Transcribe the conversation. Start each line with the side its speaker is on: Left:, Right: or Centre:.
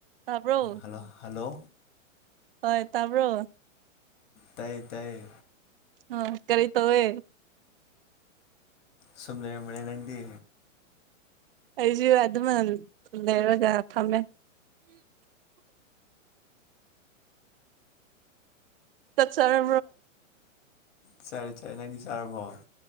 Right: ꯇꯥꯕ꯭ꯔꯣ
Left: hello hello
Right: ꯍꯣꯏ ꯇꯥꯕ꯭ꯔꯣ
Left: ꯇꯥꯏ ꯇꯥꯏ
Right: ꯑ ꯀꯔꯤ ꯇꯧꯋꯦ
Left: ꯁꯨꯝꯗ ꯃꯅꯦ ꯂꯩꯗꯤ
Right: ꯑꯩꯁꯨ ꯑꯗꯨꯃ ꯂꯩꯔꯖꯥꯅ ꯊꯝꯃꯦ ꯇ ꯆꯔ
Left: ꯆꯔꯦ ꯆꯔꯦ ꯅꯪꯗꯤ ꯆꯥꯔꯕꯣ